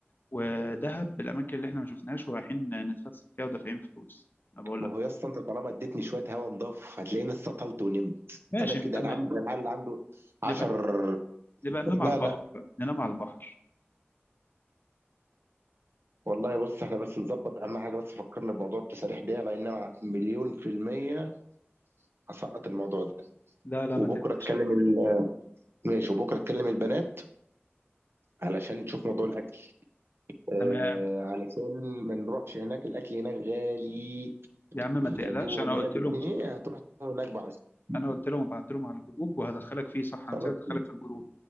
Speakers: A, on the left; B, on the right.
A: ودهب الاماكن اللي احنا ما شفناهاش ورايحين نتفسح فيها ودافعين فلوس انا بقول
B: ما
A: لك
B: هو يا اسطى انت طالما اديتني شويه هوا نضاف هتلاقيني استطلت ونمت
A: ماشي
B: انا كده
A: نبقى ننام
B: انا عامل زي العيال اللي عنده 10
A: نبقى نبقى ننام
B: لا
A: على البحر
B: لا
A: بقى ننام على البحر
B: والله بص احنا بس نظبط اهم حاجه بس فكرنا بموضوع التساريح ده لان انا مليون في الميه هسقط الموضوع ده
A: لا لا
B: وبكره
A: ما تقلقش
B: اتكلم ال... ماشي وبكره اتكلم البنات علشان نشوف موضوع الاكل آه
A: تمام
B: علشان ما نروحش هناك الاكل هناك غالي
A: يا عم ما
B: اللي
A: تقلقش
B: هنجيبه من
A: انا
B: هنا
A: قلت
B: بجنيه
A: لهم
B: هتروح تجيبه هناك بعشرة
A: انا قلت لهم بعت لهم على الجروب وهدخلك فيه صح هنسيت
B: خلاص
A: ادخلك الجروب